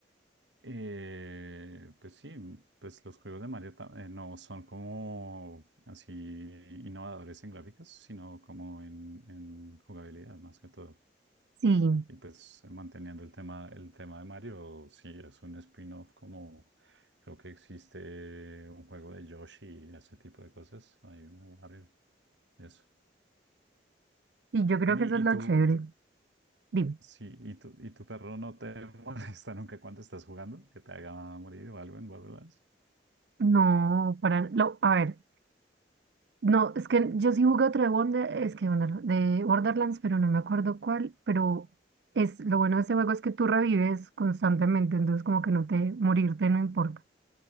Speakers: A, on the right; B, on the right.
A: Eh, pues sí, pues los juegos de Mario ta- eh, no son como así innovadores en gráficos, sino como en, en jugabilidad más que todo.
B: Sí,
A: Y pues eh, manteniendo el tema, el tema de Mario, sí es un spin-off como creo que existe un juego de Yoshi y ese tipo de cosas. Hay uno de Mario, eso.
B: y yo creo
A: Ven, y,
B: que eso es
A: y
B: lo
A: tú,
B: chévere.
A: tú-
B: Dime.
A: sí, y tu, y tu perro no te <laughs> molesta nunca cuando estás jugando, que te haga morir o algo en Borderlands.
B: No, para, lo, a ver, No, es que yo sí jugué otro de Wonder, es que Wonder- de Borderlands, pero no me acuerdo cuál, pero es lo bueno de ese juego es que tú revives constantemente, entonces como que no te morirte no importa.